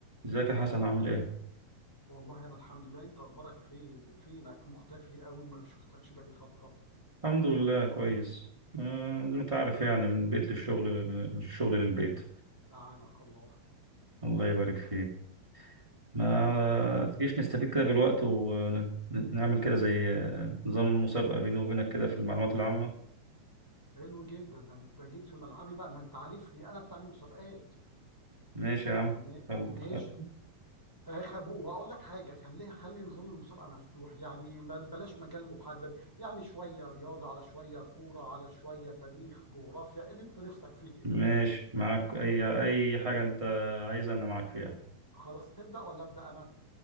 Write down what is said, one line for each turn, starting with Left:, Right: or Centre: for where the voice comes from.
Right: ازيك يا حسن عامل ايه؟
Centre: والله انا الحمد لله انت اخبارك فين فينك مختفي قوي وما شفتكش بقالي فتره
Right: الحمد لله كويس آه، زي ما انت عارف يعني من البيت للشغل من الشغل للبيت
Centre: اعانك الله
Right: الله يبارك فيك ما تجيش نستفيد كده بالوقت ونعمل كده زي آه، نظام مسابقة بيني وبينك كده في المعلومات العامة
Centre: حلو جدا ده انت جيت في ملعبي بقى ما انت عارفني انا بتاع المسابقات
Right: ماشي يا عم
Centre: م...
Right: خل...
Centre: ماشي
Right: خل...
Centre: اخب واقول لك حاجه خليها خلي نظام المسابقه مفتوح يعني ما- بلاش مجال محدد يعني شويه رياضه على شويه كوره على شويه تاريخ جغرافيا اللي انت نفسك فيه ايه.
Right: ماشي معاك اي اي حاجة انت عايزها انا معاك فيها
Centre: خلاص تبدا ولا ابدا انا